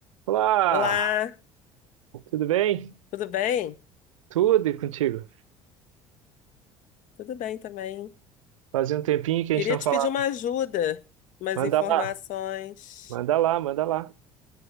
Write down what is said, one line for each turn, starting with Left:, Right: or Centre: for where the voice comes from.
Right: Olá,
Left: Olá,
Right: tudo bem?
Left: tudo bem?
Right: Tudo e contigo?
Left: Tudo bem também.
Right: Fazia um tempinho que a
Left: Queria
Right: gente não
Left: te
Right: falava.
Left: pedir uma ajuda, umas
Right: Manda
Left: informações.
Right: lá, manda lá, manda lá.